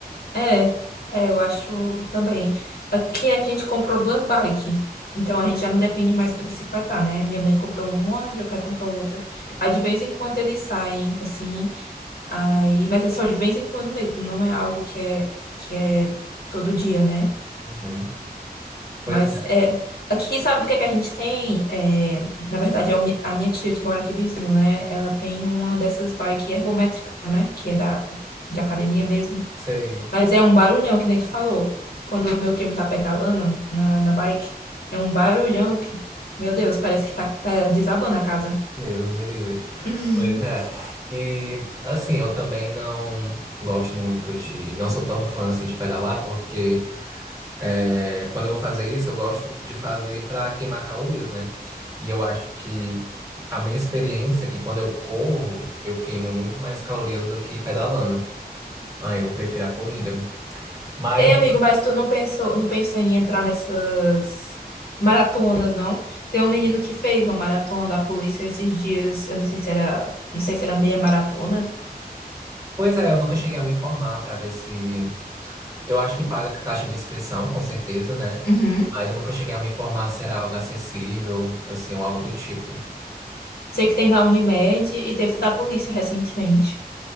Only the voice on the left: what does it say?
É, é, eu acho também. Aqui a gente comprou duas bikes, então a gente já não depende mais do bicicletar, né? Minha mãe comprou uma, e meu pai comprou outra. Aí de vez em quando eles saem, assim. Aí, mas é só de vez em quando mesmo, não é algo que é que é todo dia, né?
Mas
é aqui sabe o que é que a gente tem? É, na verdade é o mi- a minha tia que mora aqui vizinho, né? Ela tem uma dessas bike ergométrica, né? Que é da de academia mesmo,
mas é um barulhão que nem tu falou. Quando o meu primo tá pedalando na, na bike, é um barulhão que, meu Deus, parece que tá, tá desabando a casa.
<laughs>
Ei, amigo, mas tu não pensou, não pensou em entrar nessas maratonas, não? Tem um menino que fez uma maratona da polícia esses dias, eu não sei se era, não sei se era meia maratona.
Uhum.
Sei que tem da Unimed e teve da polícia recentemente.